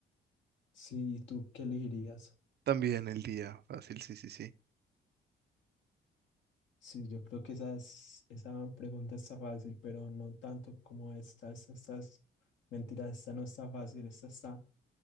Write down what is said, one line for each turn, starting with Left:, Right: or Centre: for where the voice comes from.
Left: Sí, ¿y tú qué elegirías?
Right: También el día, fácil, sí, sí, sí.
Left: Sí, yo creo que esa, es- esa pregunta está fácil, pero no tanto como esta. Esta, esta es- mentira, esta no está fácil, esta está